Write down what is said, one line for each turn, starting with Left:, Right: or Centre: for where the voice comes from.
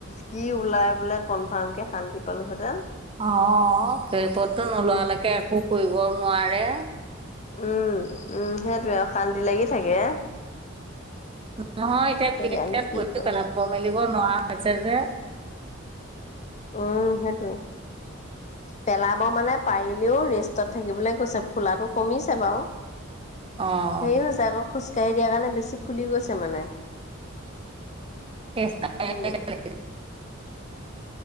Left: কি ওলাই বোলে কনফাৰ্ম কে শান্তি পালোহেঁতেন
Right: অ ৰিপৰ্টটো নোলোৱালেকে একো কৰিবও নোৱাৰে
Left: উম উম সেইটোৱে অশান্তি লাগি থাকে
Right: নহয় এতিয়া <unintelligible>
Left: জানো কি কয়
Right: পেলাব মেলিব নোৱাৰা হৈছে যে
Left: অঁ সেইটো পেলাব মানে পাৰিলেও ৰেষ্টত থাকিবলে গৈছে ফুলাটো কমিছে বাৰু
Right: অ'।
Left: হেৰি হৈছে আকৌ খোজকাঢ়ি দিয়াৰ কাৰণে বেছি ফুলি গৈছে মানে
Right: <unintelligible>
Left: হেই